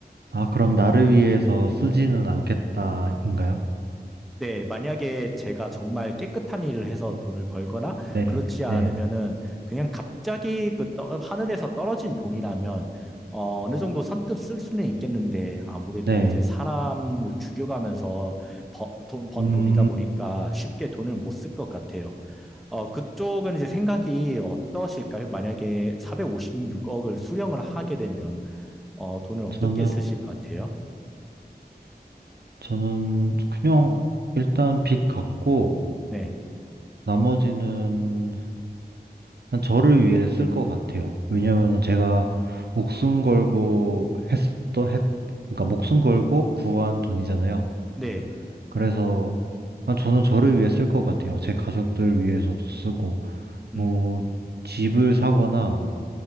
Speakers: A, on the right; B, in the centre.
A: 아, 그럼 나를 위해서 쓰지는 않겠다인가요?
B: 네, 만약에 제가 정말 깨끗한 일을 해서 돈을 벌거나
A: 네.
B: 그렇지 않으면은
A: 네.
B: 그냥 갑자기 그 떠- 하늘에서 떨어진 돈이라면 어, 어느 정도 선뜻 쓸 수는 있겠는데 아무래도
A: 네.
B: 이제 사람을 죽여가면서 버- 돈- 번
A: 음,
B: 돈이다 보니까 쉽게 돈을 못 쓸 것 같아요. 어, 그쪽은 이제 생각이 어떠실까요? 만약에 456억을 수령을 하게 되면, 어, 돈을 어떻게
A: 저는
B: 쓰실 것 같아요?
A: 저는 그냥 일단 빚 갚고
B: 네.
A: 나머지는 한 저를 위해 쓸 것 같아요. 왜냐면은 제가 목숨 걸고 했었던 했 그러니까 목숨 걸고 구한 돈이잖아요.
B: 네.
A: 그래서 한 저는 저를 위해 쓸 것 같아요. 제 가족들 위해서도 쓰고 뭐
B: 음,
A: 집을 사거나